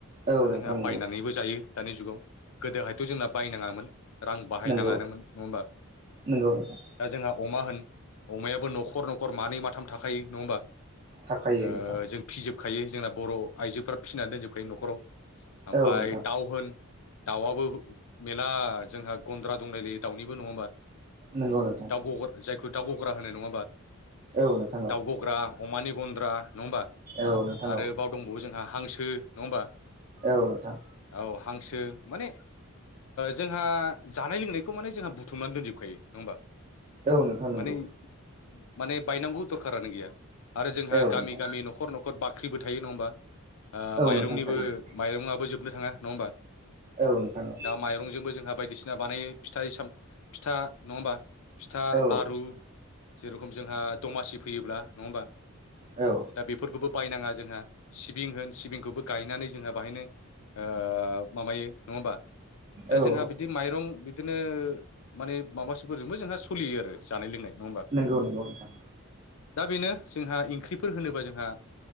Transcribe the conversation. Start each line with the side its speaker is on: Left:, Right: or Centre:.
Right: औ
Left: दा
Right: नोंथां
Left: जोंहा
Right: नंगौ
Left: बायनानैबो जायो दानि जुगाव गोदोहायथ' जोंना बायनाङामोन रां बाहायनााङानोमोन
Right: नंगौ
Left: नङा होमबा
Right: नंगौ नोंथां
Left: दा जोंहा अमा होन अमायाबो न'खर न'खर मानै माथाम थाखायो नङा होमबा
Right: थाखायो
Left: ओ
Right: नोंथां
Left: जों फिजोबखायो जोंना बर' आइजोफोरा फिसिनानै दोनजोबखायो न'खराव ओमफफ्राय
Right: औ नोंथां
Left: दाउ होन दाउआबो मेरला जोंहा गन्द्रा दंलायलायो दाउनिबो नङा होमबा
Right: नंगौ नोंथां
Left: दाउ गग्रा जायखौ दाउ गग्रा होनो नङ हाबा
Right: औ नोंथां औ
Left: दाउ गग्रा अमानि गन्द्रा नङा होमबा
Right: औ नोंथां
Left: आरो
Right: औ
Left: बाव दंबावो जोंहा हांसो नङा होमबा
Right: औ नोंथां
Left: औ हांसो माने जोंहा जानाय लोंनायखौ माने जोंहा बुथुमनानै दोनजोबखायो नङा होमबा
Right: औ नोंथां नोंगौ।
Left: माने माने बायनांगौ दरखारानो गैया आरो जोंहा
Right: औ
Left: गामि
Right: नोंथां
Left: गामि न'खर न' खर बाख्रिबो थायो नङा होमबा ओ
Right: औ
Left: माइरंनिबो
Right: नोंथां थायो
Left: माइरङआबो जोबनो थाङा नङा होमबा
Right: औ नोंथां औ।
Left: दा माइरंजोंबो जोंहा बायदिसिना बानायो फिथय साम फिथा नङा होमबा फिथा
Right: औ औ
Left: लारु जेरुखम जोंहा दमासि फैयोब्ला नङा होमबा
Right: औ।
Left: दा बेफोरखौबो बायनाङा जोंहा सिबिं होन सिबिंखौबो गायनानै जोंहा बाहायनो ओ माबायो नङा होमबा दा
Right: औ
Left: जोंहा बिदि माइरं बिदिनो माने माबाासफोरजोंबो जोंहा सलियो आरो जानाय लोंनाय नङा होमबा
Right: नंगौ नंगौ नोंथां।
Left: दा बेनो जोंहा ओंख्रिफोर होनोबा जोंहा